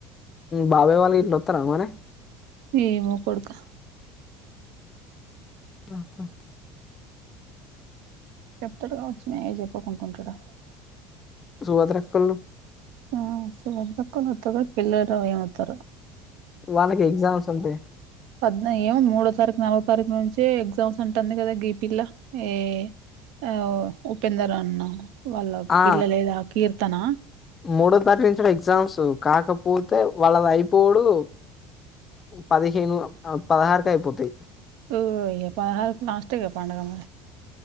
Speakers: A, on the left; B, on the right.
A: బాబయ్ వాళ్ళకి గిట్ల వత్తారామరి?
B: ఏమో కొడుక
A: పా ప ప్
B: చెప్తాడు కావచ్చు మేయ్ చెప్పకుంకుంటడా?
A: సుభద్రక్కోళ్ళు
B: ఆ కొడ్ని పట్కోనొత్తారో పిల్లరో ఏమవుతారో?
A: వాళ్ళకి ఎగ్జామ్స్ ఉంటాయ్.
B: పద్మ్ ఏ మూడో తారీఖు నాలగో తారీఖు నుంచే ఎగ్జామ్స్ అంటంది కదా గీపిల్లా ఏ ఆ ఉపేందర అన్న వాళ్ళ
A: ఆ
B: పిల్ల లేదా కీర్తన
A: మూడో తారీఖునుంచే ఎగ్జామ్స్ కాకపోతే వాళ్ళది అయిపోవుడు పదిహేను పదహారుకైపోతాయ్
B: ఓయ్ పదహారు లాస్ట్ గ పండుగ మరి